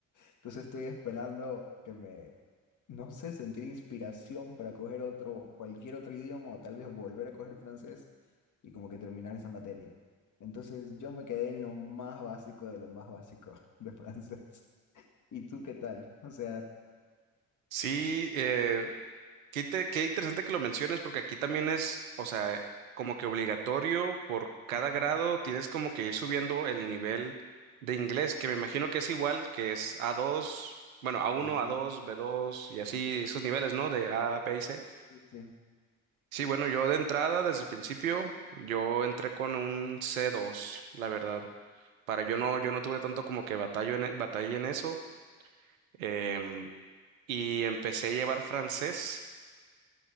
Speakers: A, on the left (about 45°); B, on the right (about 80°).
A: Entonces estoy esperando que me, no sé, sentir inspiración para coger otro, cualquier otro idioma o tal vez volver a coger francés y como que terminar esa materia. Entonces yo me quedé en lo más básico de lo más básico <laughs> de francés. ¿Y tú qué tal? O sea,
B: Sí, eh, Qué, inte- qué interesante que lo menciones, porque aquí también es, o sea, como que obligatorio por cada
A: Mm.
B: grado, tienes como que ir subiendo el nivel de inglés, que me imagino que es igual, que es a dos, bueno, a uno,
A: ajá,
B: a dos, b dos y así esos niveles, ¿no? De A, B y C.
A: sí, sí,
B: Sí, bueno, yo de entrada, desde el principio, yo entré con un c dos, la verdad. Para yo no, yo no tuve tanto como que batallo en, e- batalla en eso. em, y empecé a llevar francés.